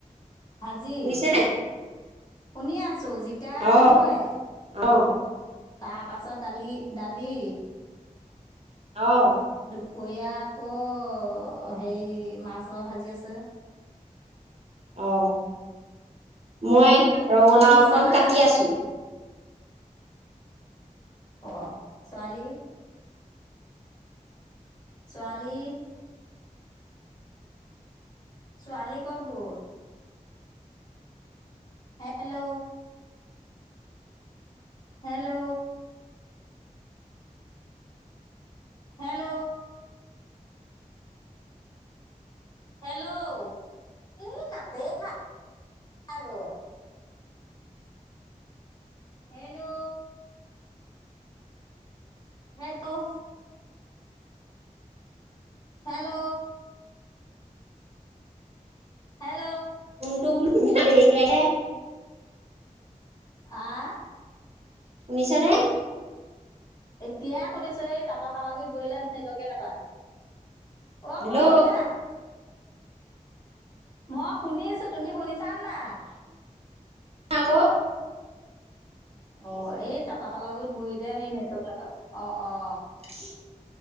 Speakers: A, on the left; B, on the right.
A: ভাজি
B: শুনিছে নে
A: শুনিয়ে আছ চু, জিকা আলুয়ে।
B: অ অ
A: তাৰ পাছত, দালি দালি
B: অ।
A: দুপৰীয়া আকৌ অ হেৰি মাছৰ ভাজি আছে।
B: অ মই
A: হেল্ল'
B: ৰঙালাও
A: শুনিছেনে
B: অকণ কাটি
A: নাই
B: আছো।
A: অ ছোৱালী, ছোৱালী ছোৱালী কত গল? হেল্ল'। হেল্ল'? হেল্ল'? হেল্ল', এই কাতে খাই গল। হেল্ল'? হেল্ল'? হেল্ল'? হেল
B: বু <unintelligible> কে
A: আহ।
B: শুনিচানে?
A: এতিয়াই শুনিছো এই তাঁতৰশাল গীত বহিলে নেটৱৰ্কে নাপায়। অ
B: হেল্ল'
A: মই শুনিছো ম শুনিছো তুমি শুনিছা নাই
B: না ক'
A: অ এই তাতৰ খাল আগত বহি যে সেই নেটৱৰ্ক নাপাই অ অ
B: উ